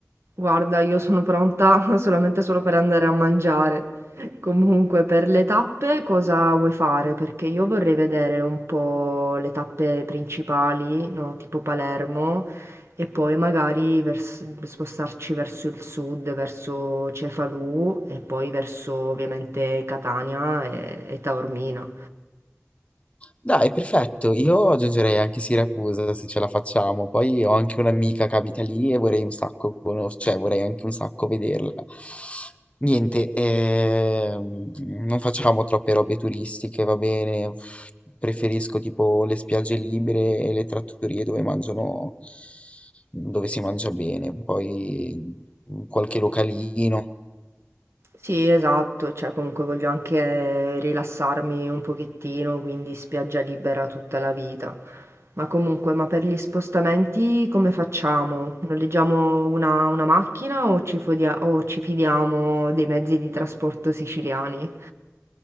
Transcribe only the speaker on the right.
Guarda, io sono pronta <laughs> solamente solo per andare a mangiare. Comunque, per le tappe cosa vuoi fare? Perché io vorrei vedere un po' le tappe principali, no? Tipo Palermo, e poi magari vers- spostarci verso il sud, verso Cefalù e poi verso ovviamente Catania e, e Taormina.
Sì, esatto, cioè comunque voglio anche rilassarmi un pochettino, quindi spiaggia libera tutta la vita. Ma comunque, ma per gli spostamenti come facciamo? Noleggiamo una, una macchina o ci, fodia- o ci fidiamo dei mezzi di trasporto siciliani?